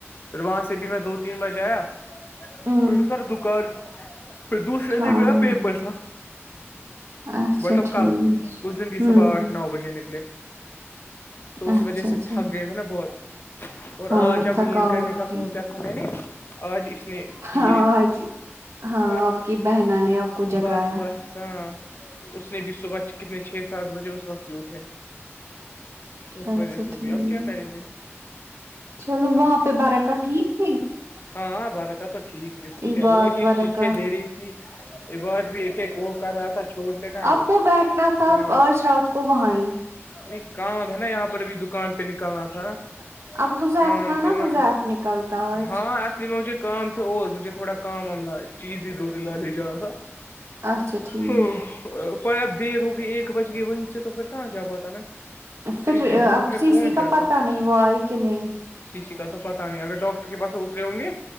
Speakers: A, on the left (about 45°); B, on the right (about 70°).
A: پھر وہاں سے بھی میں دو تین بجے آیا
B: ہوں
A: پھرتارا دکار پھر دوسرے
B: ہاں
A: دن بھی آ پہ پیسہ
B: اچھا
A: ملب
B: ٹھیک
A: کل اس دن بھی
B: ہوں
A: صبح آٹھ نو بجے نکلے تو اس
B: اچھا
A: وجہ
B: اچھا
A: سے تھک گئے تھ نا بہت اور
B: ہاں
A: آجب
B: تھکاوٹ
A: نیند کرنے کا
B: تھی
A: سوچا میں نے آج اس نے کیے
B: ہاں آج ہاں
A: بس
B: آپ کی بہنا نے آپ کو جگایا
A: بس بس ہاں اس نے بھی صبح کتنے چھ سات بجے اس وقت بھی اٹھے اس
B: اچھا
A: وجہ سے
B: ٹھیک
A: بھی اب کیا کریں گے
B: چلو وہاں پہ برکا ٹھیک تھی
A: ہاں وارکا تو ٹھیک جس کو
B: عباد
A: کیا وہ ایک ایک
B: برکا
A: چیھے دے رہی تھی یہ بت بھی ایک ایک وہ کر رہا تھا چھوڑتے کہاں ہے
B: آپ
A: وہ
B: کو بیٹھنا تھا
A: ہاں
B: آج رات کو وہاں ہی
A: نہیں کام ہے نا یہاں پر ابھی دکان پہ نکلنا تھا
B: اب حذیف
A: کام
B: تھا
A: تھ نا
B: حذیف نکلتا آج
A: ہاں اصلی مجود کام تھے اور مجھے تھوڑا کام آاملہ چیز ہی دو ت لاے جا رہا تھا
B: اچھا ٹھیک
A: ہوں اب دیر ہو گگئی ایک بج گئی وہیں سے تو پھر کہاں جا پاتا میں
B: پھر
A: اتنی دھوپ
B: اب
A: میں
B: سی
A: کون
B: سی
A: جاتا
B: کا پتا نہیں وہ آئی کہ نہیں
A: شیشی کا تو پتا نہیں اگر ڈاکٹر کے پاس اترے ہوں گے